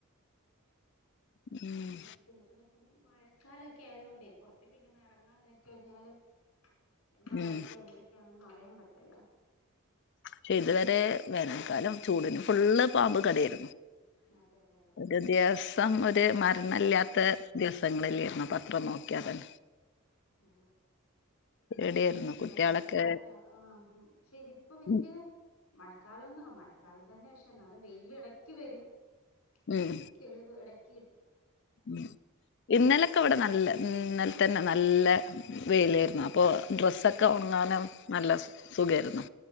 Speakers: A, on the left; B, on the left.
A: ഉം
B: അങ്ങനെ ഇരിക്കുന്നു. പിന്നെ ഇപ്പം മഴ, കാലമൊക്കെ ആയത് കൊണ്ട് പുറത്ത്ക്ക്. ഇങ്ങനെ ഇറങ്ങാ കഴിഞ്ഞാലും. എന്താ
A: ഉം
B: കഠിക്ക എന്തൊക്കെയാൊന്നും അറിയാൻ പറ്റില്ലല്ലോ?
A: പക്ഷെ ഇതുവരെ വേനൽക്കാലം ചൂടിന് ഫുള്ള് പാമ്പ് കടി ആയിരുന്നു.
B: അതെ അതെ അതെ
A: ഒരു ദിവസം ഒരു മരണല്ലാത്ത ദിവസങ്ങളില്ലേരുന്നു. പ അത്ര നോക്കിയാ തന്നെ.
B: ഉ
A: പേടിയായിരുന്നു കുട്ടികളൊക്കെ
B: വെള്ളപ്പൊക്കൊക്കെ ആഹ പക്ഷെ ഇതിപ്പൊ വല്യ
A: ഉം
B: മഴക്കാലൊന്ന് മഴക്കാലം തന്നെ. പക്ഷെ എന്നാലും വെയില് ഇടക്ക് വരും. അങ്ങനെരു
A: ഉം
B: തെളിവ് ഇടക്ക് കിട്ടും.
A: ഉം ഇന്നലൊക്കെ ഇവിടെ നല്ല മ് ഇന്നലെ തന്നെ നല്ല വെയിലായിരുന്നു. അപ്പൊ ഡ്രസ്സൊക്കെ ഒണ ഒങ്ങാനും നല്ല സുഖയിരുന്നു